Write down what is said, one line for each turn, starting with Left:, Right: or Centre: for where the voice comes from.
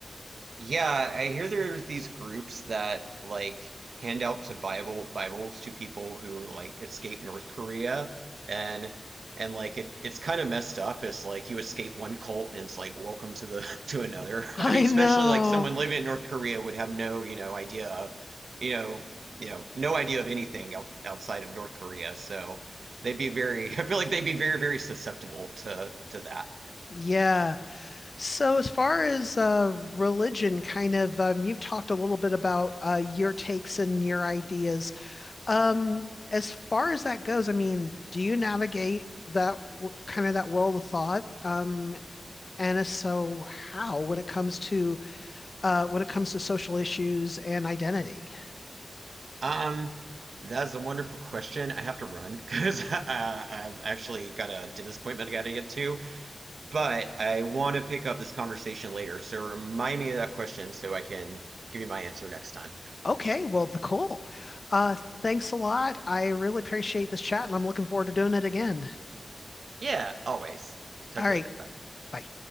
Right: Yeah, I hear there's these groups that like hand out to Bible Bibles to people who like escape North Korea and and like it it's kind of messed up. It's like you escape one cult and it's like welcome to the <laughs> to another.
Left: I
Right: I mean, especially
Left: know.
Right: like someone living in North Korea would have no, you know, idea of, you know, you know, no idea of anything out, outside of North Korea. So they'd be very <laughs> I feel like they'd be very, very susceptible to to that.
Left: Yeah. So as far as uh religion kind of um you've talked a little bit about uh your takes and your ideas. Um as far as that goes, I mean, do you navigate that w- kind of that world of thought? Um and if so, how when it comes to uh when it comes to social issues and identity?
Right: Um, that's a wonderful question. I have to run because <laughs> uh, I've actually got a dentist appointment I got to get to, but I want to pick up this conversation later. So remind me of that question so I can give you my answer next time.
Left: Okay, well, the cool. Uh thanks a lot. I really appreciate this chat and I'm looking forward to doing it again.
Right: Yeah, always. Talk
Left: All
Right: to
Left: right.
Right: you later. Bye.
Left: Bye.